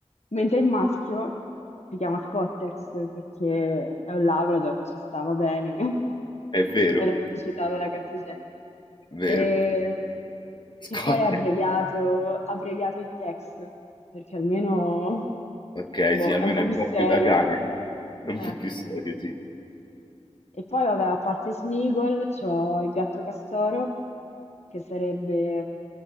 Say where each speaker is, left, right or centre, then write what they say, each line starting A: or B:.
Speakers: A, on the left (about 65°); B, on the left (about 40°).
A: mentre il maschio si chiama Scottex perché è un Labrador, ci stava bene, <laughs>
B: È vero,
A: come la pubblicità della carta igienica.
B: vero.
A: E
B: Scott.
A: che poi è abbreviato, abbreviato in Tex, perché almeno
B: Ok,
A: boh,
B: sì, almeno
A: è un po'
B: è un
A: più
B: po'
A: serio.
B: più da cane, è un
A: Eh,
B: po' più
A: sì.
B: serio, sì.
A: E poi, vabbè, a parte Smeagol, c'ho il gatto castoro, che sarebbe